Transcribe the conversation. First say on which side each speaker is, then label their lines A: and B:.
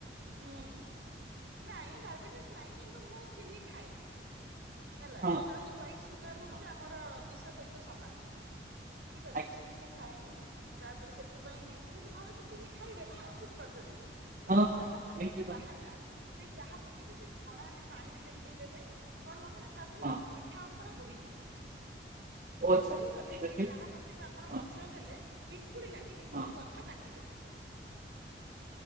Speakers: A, on the right; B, on the right.
A: ହୁଁ ନାଇଁ ଡାଇବେଟିସ୍ ନାଇଁ କିନ୍ତୁ ମୁଁ ଚିନି ଖାଏନି। ହେଲା
B: ହଁ
A: ସେଇଟା ହଉଛି ହ୍ୱଵାଇଟ୍ ସୁଗାର ହଉଛି
B: ହଁ
A: ଆମର ବିଷ ସହିତ ସମାନ। ଠିକ ଅଛି
B: ଆଜ୍ଞା।
A: ଚିନି ମୁଖ ଖାଏନି ତାପରେ ସେଥିପାଇଁ କି କିନ୍ତୁ ଘରେ ତ ଚିନି ଖାଇବେ ନା ବୁଝିପାରୁଛନ୍ତି କି। ତ
B: ହଁ
A: ଯୋଉ ଚାହା ପତି
B: ହଁ
A: ଟା ବାହାରିଲା ସେଇ ଚାହା ପତି କୁ ସେ ଛଣାରେ ପାଣିରେ ଦେଖେଇଦେବେ। କଣ ହବ ନା ତା ଦେହରେ
B: ହଁ
A: ମିଠା ଅଂଶ ଟା ବୋହିଯିବ
B: ବହୁତ ସାରା
A: ବୋହି ଗଲେ
B: ଠିକ୍
A: ସେଇ
B: ଅଛି
A: ଚାହା ପତି କ ଆପଣ
B: ହଁ
A: ଗଛ ଦେଲେ ପିମ୍ପୁଡି ଲାଗିବେନି
B: ହଁ
A: କି ଗଛ କାଟିବେନି।